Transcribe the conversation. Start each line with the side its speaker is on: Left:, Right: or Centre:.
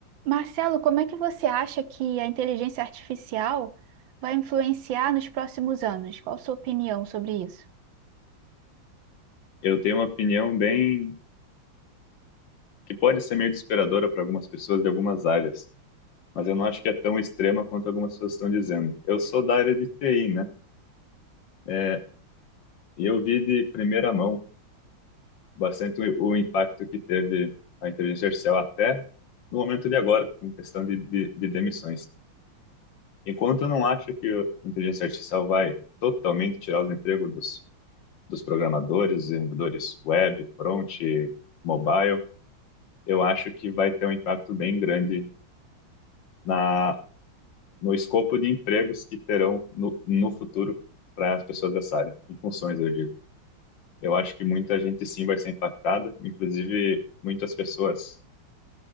Right: Marcelo, como é que você acha que a inteligência artificial vai influenciar nos próximos anos? Qual a sua opinião sobre isso?
Left: Eu tenho uma opinião bem que pode ser meio desesperadora para algumas pessoas de algumas áreas, mas eu não acho que é tão extrema quanto algumas pessoas estão dizendo. Eu sou da área de TI, né? É, e eu vi de primeira mão bastante o, o impacto que teve a inteligência artificial até no momento de agora, em questão de, de, de demissões. Enquanto eu não acho que a inteligência artificial vai totalmente tirar os empregos dos, dos programadores, desenvolvedores web, front, mobile, eu acho que vai ter um impacto bem grande na, no escopo de empregos que terão no, no futuro para as pessoas dessa área, em funções, eu digo. Eu acho que muita gente sim vai ser impactada, inclusive muitas pessoas,